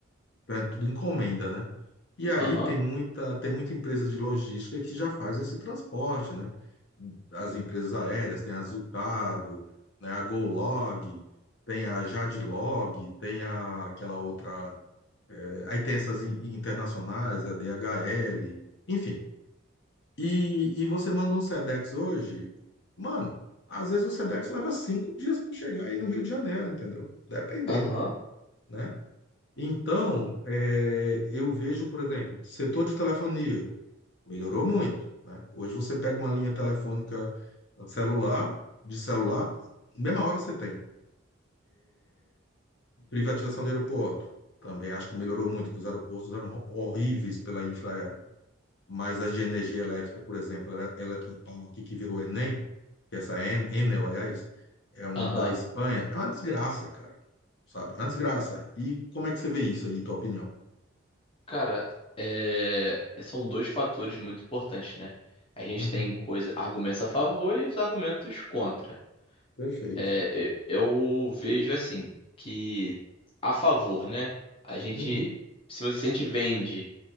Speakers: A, on the left; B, on the left.
A: Então é tudo encomenda, né? E aí
B: Aham.
A: tem muita, tem muita empresa de logística que já faz esse transporte, né? As empresas aéreas, tem a Azul Cargo, né? A GoLog, tem a Jadlog, tem a, aquela outra. eh, Aí tem essas in- internacionais, a DHL, enfim. E, e você manda um Sedex hoje, mano, às vezes o Sedex leva cinco dias para chegar aí no Rio de Janeiro, entendeu? Dependendo,
B: Aham.
A: né? Então, eh, eu vejo, por exemplo, setor de telefonia. Melhorou muito, né? Hoje você pega uma linha telefônica celular, de celular, mesma hora você tem. Privatização de aeroporto. Também acho que melhorou muito, que os aeroportos eram ho- horríveis pela Infraero. Mas as de energia elétrica, por exemplo, Ele- Eletropaulo aqui que virou Enem, que é essa En- Enel, aliás, é uma
B: Aham.
A: da Espanha, é uma desgraça, cara. Sabe? É uma desgraça. E como é que você vê isso aí, tua opinião?
B: Cara, é... são dois fatores muito importantes, né? A gente
A: Uhum,
B: tem coisa... argumentos a favor e os argumentos contra.
A: perfeito.
B: É, e- eu vejo assim, que a favor, né? A gente,
A: Uhum,
B: se você se a gente vende